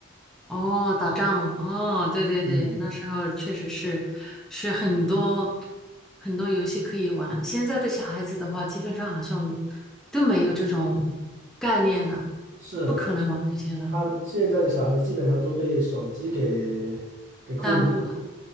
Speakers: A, in the centre; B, on the right.
A: 哦，打仗哦，对对对，
B: 嗯，
A: 那时候确实是是很多很多游戏可以玩，现在的小孩子的话，基本上好像都没有这种概念了，
B: 是，
A: 不可能玩这些了，
B: 他们现在的小孩子基本上都被手机给给控制了
A: 耽误了，